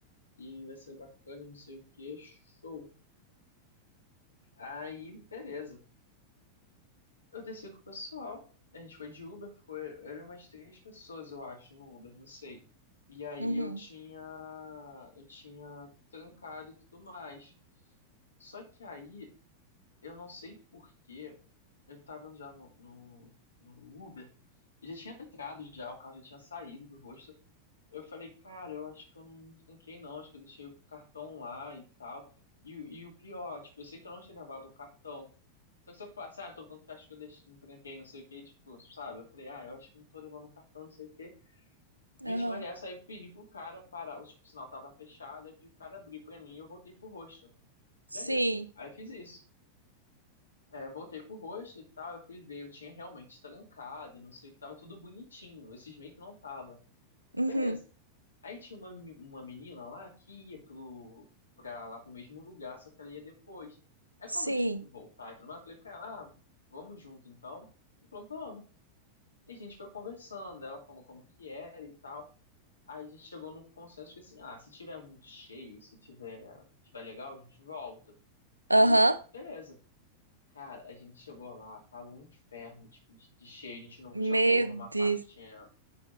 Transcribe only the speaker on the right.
Uhum.
Aham.
Sim.
Uhum.
Sim.
Aham.
Meu
Deus.